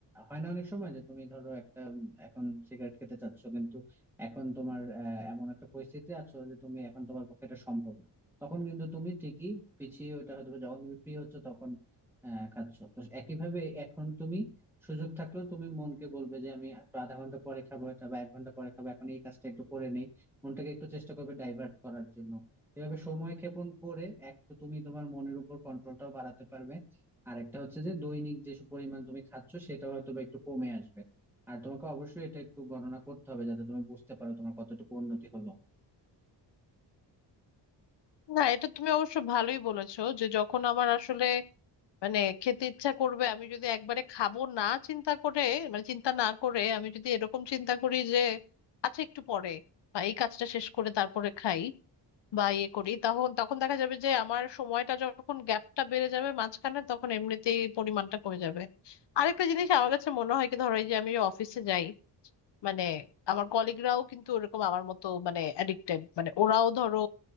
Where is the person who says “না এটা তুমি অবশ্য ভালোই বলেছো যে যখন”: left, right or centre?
Left